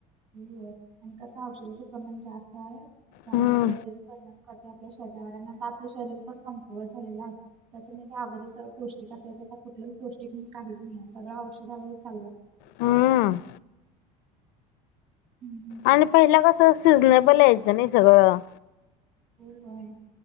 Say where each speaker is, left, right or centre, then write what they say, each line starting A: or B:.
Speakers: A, on the right; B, on the left.
A: <unintelligible> आणि कस औषधाचं प्रमाण जास्त आहे. त्यामुये
B: हम्म
A: लगेच परिणाम करत- ते आपल्या शवर आता आपलं शरीर पण कमकुवत झालेलं आहे तसं म्हणजे अगोदस पौष्टिक असायचं आता कुठलं पौष्टिक म्हणून काहीच नाही सगळ्या औषधावर चालूय-
B: हम्म.
A: <inaudible> -.
B: आणि पहिला कसं सिडनेबल यायचं नाही सगळं-
A: होय होय.